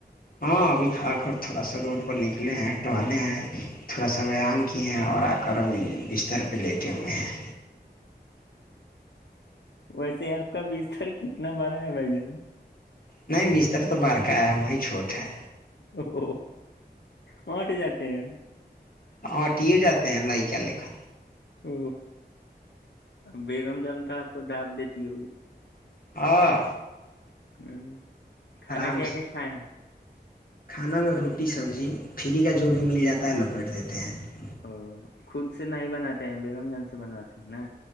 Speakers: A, on the left; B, on the left.
A: ہاں ابھی کھا کر تھوڑا سا روڈ پر نکلے ہیں ٹہلے ہیں تھوڑا سا ویایام کیے ہیں اور آ کر ابھی بستر پہ لیٹے ہوئے ہیں
B: ویسے ہی آپ کا بیستر کتنا کتنا بڑا ہے بھائی جان
A: نہیں بستر تو بار کایا وہیں چھوٹ ہے
B: او وہٹ جاتے ہیں
A: ہاں ٹیے جاتے ہیں لائ کے لےن
B: ہ بیگم جامتا آپ کو داب دیتی ہوگی
A: ہاں
B: ہ کھانا
A: آرام
B: کیا
A: سے
B: آ کیا کھائےیں ہیں
A: کھانا میں روٹی سبزی فری کا جو بھی مل جاتا ہے لپیٹ دیتے ہیں
B: ا خود سے نہ ہی بناتے ہیں بیگم جنگ سے بنواتے ہیں نا